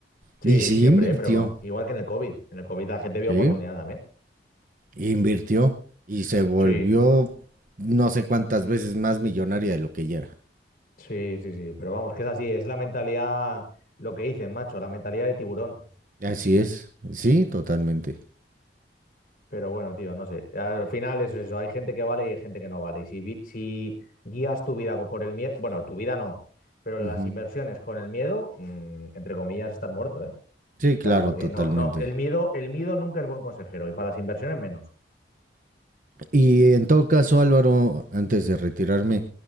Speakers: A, on the left; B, on the right.
A: Sí,
B: Y sí
A: siempre,
B: invirtió.
A: ¿eh? Pero con- igual que en el COVID. En el COVID la gente vio
B: ¿eh?
A: oportunidad también.
B: Invirtió y se volvió
A: Sí,
B: no sé cuántas veces más millonaria de lo que ella era.
A: sí, sí, sí. Pero vamos, que es así, es la mentalidad, lo que dicen, macho, la mentalidad de tiburón.
B: Así es, sí, totalmente.
A: Pero bueno, tío, no sé. Al final eso es eso. Hay gente que vale y hay gente que no vale. Y si, vi- si guías tu vida con por el miedo, bueno, tu vida no, pero las
B: Ujú.
A: inversiones con el miedo, mm, entre comillas, estás muerto, ¿eh? O
B: Sí, claro,
A: sea, porque
B: totalmente.
A: no, no, el miedo, el miedo nunca es buen consejero y para las inversiones menos.
B: Y en todo caso, Álvaro, antes de retirarme,